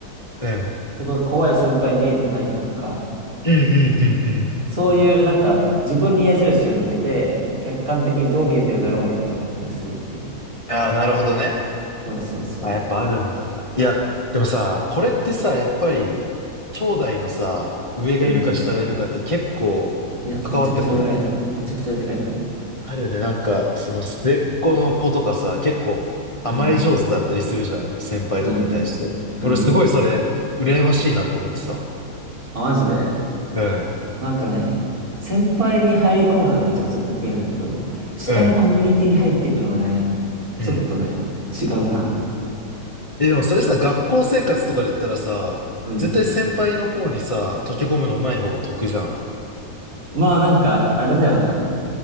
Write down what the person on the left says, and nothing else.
うん。
うんうんうんうん。
ああ、なるほどね。
あ、やっぱあるんだ。いや、でもさ、これってさ、やっぱり、兄弟のさ、上がいるか下がいるかって結構関わってこない。
あるよね。なんか、その末っ子の子とかさ、結構甘え上手だったりするじゃん。
先輩とかに対して。
俺すごいそれ、羨ましいなって思ってたもん。
うん。
うん。うん。
え、でもそれさ、学校生活とかで言ったらさ、
絶対先輩の方にさ、溶け込むの上手い方が得じゃん。